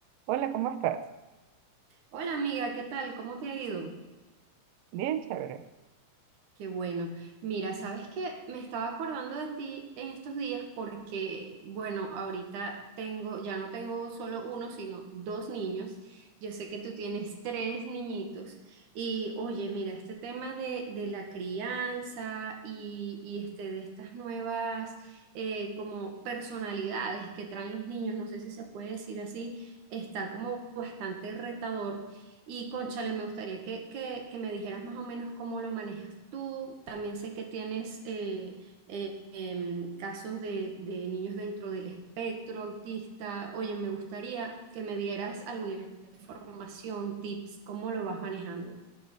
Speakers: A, on the right; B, on the right.
A: Hola, ¿cómo estás?
B: Hola amiga, ¿qué tal? ¿Cómo te ha ido?
A: Bien, chévere.
B: Qué bueno. Mira, sabes que me estaba acordando de ti en estos días porque, bueno, ahorita tengo, ya no tengo solo uno, sino dos niños. Yo sé que tú tienes tres niñitos. Y oye, mira, este tema de, de la crianza y, y, este, de estas nuevas eh, como personalidades que traen los niños, no sé si se puede decir así, está como bastante retador. Y cónchale, me gustaría que, que, que me dijeras más o menos cómo lo manejas tú. También sé que tienes eh, eh, em, casos de, de niños dentro del espectro autista. Oye, me gustaría que me dieras alguna información, tips, cómo lo vas manejando.